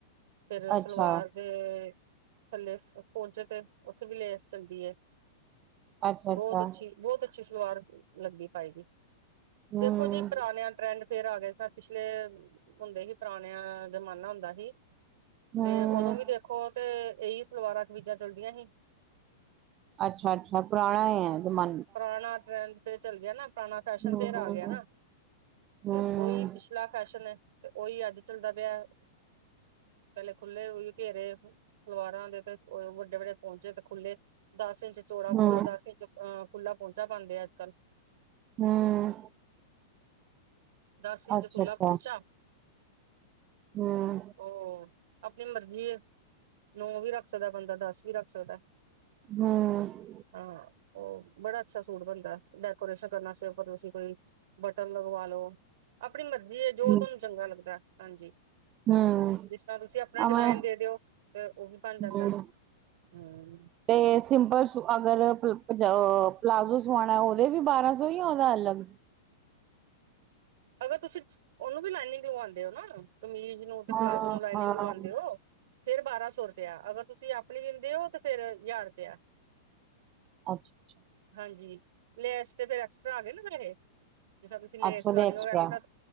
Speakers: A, on the right; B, on the right.
A: ਫੇਰ ਸਲਵਾਰ
B: ਅੱਛਾ
A: ਤੇ ਥੱਲੇ ਪੋਚੇ ਤੇ ਉੱਥੇ ਵੀ ਲੇਸ ਚੱਲਦੀ ਏ।
B: ਅੱਛਾ ਅੱਛਾ
A: ਬੌਤ
B: ਅੱਛਾ
A: ਅੱਛੀ ਬੌਤ ਅੱਛੀ ਸਲਵਾਰ ਲੱਗਦੀ ਪਾਈ ਦੀ।
B: ਹਮ
A: ਦੇਖੋ ਜੀ ਪੁਰਾਣਿਆ ਟਰੈਂਡ ਫੇਰ ਆ ਗਏ ਸ ਪਿਛਲੇ ਹੁੰਦੇ ਸੀ ਪੁਰਾਣਿਆ ਜ਼ਮਾਨਾ ਹੁੰਦਾ ਸੀ
B: ਹਮ
A: ਤੇ ਉਦੋਂ ਵੀ ਦੇਖ ਖੋ ਤੇ ਇਹੀ ਸਲਵਾਰਾ ਕਮੀਜਾ ਚੱਲਦੀਆਂ ਹੀ।
B: ਅੱਛਾ-ਅੱਛਾ ਪੁਰਾਣਾ ਹੈ ਜਮਾ
A: ਪੁਰਾਣਾ ਟਰੈਂਡ ਫਿਰ ਚੱਲ ਗਿਆ ਨਾ ਪੁਰਾਣਾ ਫੈਸ਼ਨ
B: ਹਮ
A: ਫੇਰ ਆ ਗਿਆ ਨਾ
B: ਹਮ
A: ਤੇ ਉਹੀ ਪਿ ਲਾ ਫੈਸ਼ਨ ਹੈ ਤੇ ਓਹੀ ਅੱਜ ਚੱਲਦਾ ਪਿਆ ਪਹਿਲੇ ਖੁੱਲੇ ਉਹੀ ਘੇਰੇ। ਸਲਵਾਰਾ ਦੇ ਤੇ ਵੱਡੇ-ਵੱਡੇ ਪਹੁੰਚੇ ਤੇ ਖੁੱਲੇ ਦਸ ਇੰਚ ਚੋੜਾ ਪੋ
B: ਹਮ ਹਮ
A: ਦੱਸ ਇੰਚ ਅਹ ਖੁੱਲ੍ਹਲਾ ਪਹੁੰਚਾ ਪਾਦੇ ਅੱਜ ਕੱਲ।
B: ਹਮ
A: ਦਸ ਇੰਚ
B: ਅੱਛਾ
A: ਖੁੱਲਾ
B: ਅੱਛਾ
A: ਪੋਚਾ।
B: ਹਮ
A: ਉਹ ਆਪਣੀ ਮਰਜੀ ਏ ਨੌ ਵੀ ਰੱਖ ਸਕਦਾ ਬੰਦਾ ਦਸ ਵੀ ਰੱਖ ਸਕਦਾ।
B: ਹਮ
A: ਹਾਂ ਉਹ ਬੜਾ ਅੱਛਾ ਸੂਟ ਬਣਦਾ ਡੈਕੋਰੇਸ਼ਨ ਕਰਨ ਵਾਸਤੇ ਤੁਸੀ ਕੋਈ ਬਟਨ ਲਗਵਾ ਲੋ ਆਪਣੀ ਮਰਜ਼ੀ ਹੈ ਜੋ
B: ਹਮ
A: ਤੁਹਾਨੂੰ ਚੰਗਾ ਲੱਗਦਾ ਹਾਂਜੀ।
B: ਹਮ
A: ਜਿਸ ਤਰ੍ਹਾਂ ਤੁਸੀਂ ਆਪਣਾ
B: ਆਵੇਂ
A: ਡਿਜ਼ਾਇਨ ਦੇ ਦਿਓ ਤੇ ਉਹ ਵੀ ਬਣ
B: ਹਮ
A: ਜਾਂਦਾ। ਹਮ
B: ਤੇ ਸਿੰਪਲ ਅਗਰ ਆ ਪਲਾਜ਼ੋ ਸਵਾਉਣਾ ਉਹਦੇ ਵੀ ਬਾਰਾਂ ਸੌ ਜਾਂ ਉਹਦਾ ਅਲੱਗ।
A: ਅਗਰ ਤੁਸੀਂ ਉਹਨੂੰ ਵੀ ਲਾਈਨਿੰਗ ਲਵਾਉਂਦੇ ਹੋ ਨਾ ਕਮੀਜ਼ ਨੂੰ ਤੇ
B: ਹਾਂ
A: ਪਲਾਜ਼ੋ ਨੂੰ ਲਾਈਨਿੰਗ
B: ਹਾਂ
A: ਲਵਾਂਦੇ
B: ਹਮ
A: ਓ ਫੇਰ ਬਾਰਾਂ ਸੌ ਰੁਪਇਆ ਅਗਰ ਤੁਸੀ ਆਪਣੀ ਦਿੰਦੇ ਹੋ ਤੇ ਫੇਰ ਹਜ਼ਾਰ ਰੁਪਇਆ।
B: ਅੱਛਾ ਛਾ
A: ਹਾਂਜੀ ਲੈਸ ਤੇ ਫੇਰ ਐਕਸਟਰਾ ਆ ਗਏ ਨਾ ਪੈਹੈ ਜਿੱਦਾ ਤੁਸੀ ਲੇਸ
B: ਅੱਛਾ ਉਹਦੇ
A: ਲਾਣੀ
B: ਐਕਸਟਰਾ
A: ਹੋਵੇ ਐਕਸਟਰਾ